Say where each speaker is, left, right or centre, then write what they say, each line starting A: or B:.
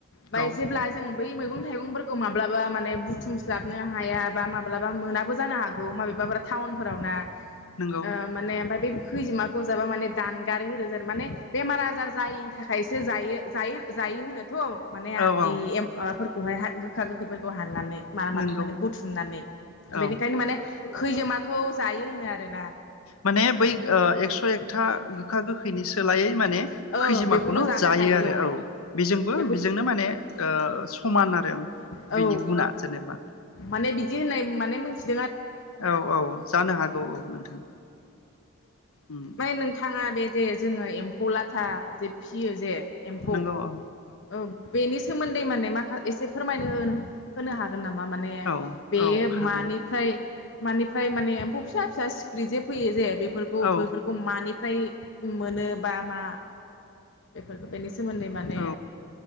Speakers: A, on the left; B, on the left.
A: बाय
B: औ
A: जेब्ला बै मैगं थाइगंफोरखौ माब्लाबा माने बुथुमस्लाबनो हाया बा माब्लाबा मोना बो जानो हागौ माबेबाफ्रा टाउन फोरावना ओ
B: नंगौ
A: आयफाय माने <unintelligible> खैजिमाखौ जाबा माने दानगारो होनोजे माने बेमार आजार जायिनि थाखायसो जायो जायो जायो होनोथ'। माने
B: औ
A: ऐ
B: औ
A: इम फोरखौहाय हा गोखा गोखैफोर खौ हाननानै मान
B: नंगौ
A: माने बुथुमनानै बेनिखायनो
B: औ
A: माने खैजोमाखौ जायो होनो आरोना‌।
B: माने बै ओ एक्स' एकथा गोखा गोखैनि सोलायै माने
A: औ
B: खैजिमाखौनो
A: बेखौबो जानो
B: जायो
A: हायो
B: आरो औ बेजोंबो
A: बेखौ
B: बेजोंनो माने ओ समान आरो।
A: औ
B: बिनि गुना जेनेबा
A: माने दि होननाय माने मोनसे
B: औ औ जानो हागौ औ नोंथां। उम
A: ओमफ्राय नोंथाङा बे जे जोङो एम्फौ लाथा जे फियो जे एम्फौ
B: नोंगौ औ।
A: औ बेनि सोमोन्दै माने माखा एसे फोरमायनो हो होनो हागोन? गोन नामा माने
B: औ
A: बेयो
B: औ हागोन
A: मानिफ्राय? मानिफ्राय माने एम्फौ फिसा फिसा सिखिरि जे फैयो जे बेफ बफोरखौ
B: औ
A: बैफोरखौ मानिफ्राय मोनो बा मा बेफोरखौ बेनि सोमोन्दै माने
B: औ